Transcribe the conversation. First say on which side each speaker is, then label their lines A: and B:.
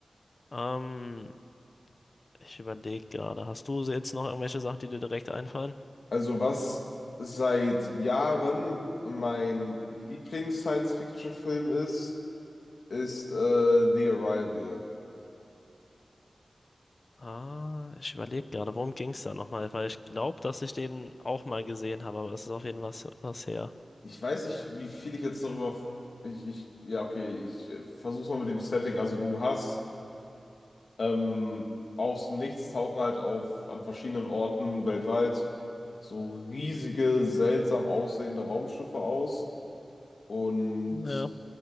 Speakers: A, on the left (about 45°); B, on the left (about 65°).
A: Ähm, ich überlege gerade, hast du jetzt noch irgendwelche Sachen, die dir direkt einfallen?
B: Also was seit Jahren mein Lieblings-Science-Fiction-Film ist, ist äh, The Arrival.
A: Ah, ich überlege gerade, worum ging es da nochmal? Weil ich glaube, dass ich den auch mal gesehen habe, aber es ist auf jeden Fall was, was her.
B: Ich weiß nicht, wie viel ich jetzt darüber... Ich, ich, ja, okay, ich äh, versuch's mal mit dem Setting. Also du hast ähm, aus dem Nichts tauchen halt auf an verschiedenen Orten weltweit so riesige, seltsam aussehende Raumschiffe aus und
A: Ja,